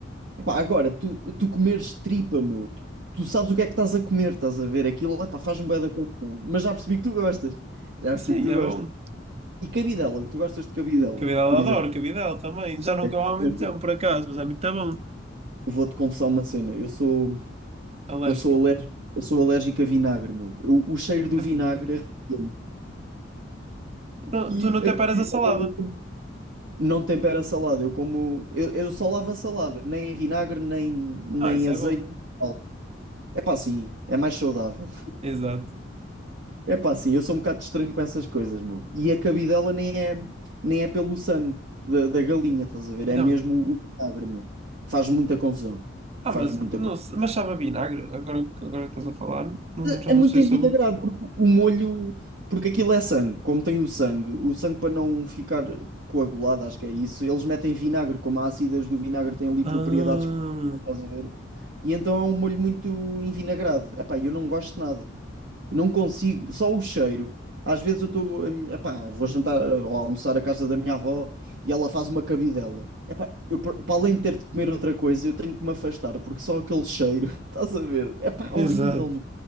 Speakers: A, on the right (about 65°); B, on the right (about 35°).
A: Epá, agora, tu, tu comeres tripa, meu, tu, tu sabes o que é que estás a comer, estás a ver? Aquilo, epá, faz-me bué da confusão. Mas já percebi que tu gostas. Já percebi
B: Sim,
A: que tu
B: é
A: gostas.
B: bom.
A: E cabidela, tu gostas de cabidela,
B: Cabidela
A: por exemplo.
B: adoro, cabidela também. Já não
A: Epá,
B: como há muito
A: Eu
B: tempo,
A: não-
B: por acaso, mas é muito bom.
A: eu vou-te confessar uma cena. Eu sou,
B: Alérgico.
A: eu sou alérgico, eu sou alérgico a vinagre, meu. Eu- o cheiro do
B: Ah,
A: vinagre
B: vinagre.
A: arrepia-me.
B: Então,
A: E
B: tu não te
A: a cabidela...
B: paras a salada.
A: Não tempera a salada. Eu como. Eu, eu só lavo a salada. Nem em vinagre, nem, nem
B: Ah, isso
A: azeite.
B: é bom.
A: nem sal. É pá, sim. É mais saudável.
B: Exato.
A: É pá, sim. Eu sou um bocado estranho com essas coisas, meu. E a cabidela nem é, nem é pelo sangue da, da galinha, estás a ver?
B: Então,
A: É mesmo o vinagre, meu. Faz muita confusão.
B: ah,
A: Faz
B: mas
A: muita
B: não,
A: confusão.
B: se- mas sabe a vinagre? Agora, que- agora que estás a falar, hum, já
A: É
B: não
A: muito
B: sei
A: envinagrado,
B: o sabor.
A: porque o molho. Porque aquilo é sangue. Como tem o sangue, o sangue para não ficar coagulado, acho que é isso, eles metem vinagre. Como as ácidas do vinagre têm ali
B: Ah,
A: propriedades que não estás a ver. E então é um molho muito envinagrado. Epá, eu não gosto de nada. Eu não consigo. Só o cheiro. Às vezes eu estou. Epá, vou jantar ou almoçar à casa da minha avó e ela faz uma cabidela. Epá, eu, para para além de ter de comer outra coisa, eu tenho que me afastar, porque só aquele cheiro. <laughs> Estás a ver? Epá, horrível,
B: exato.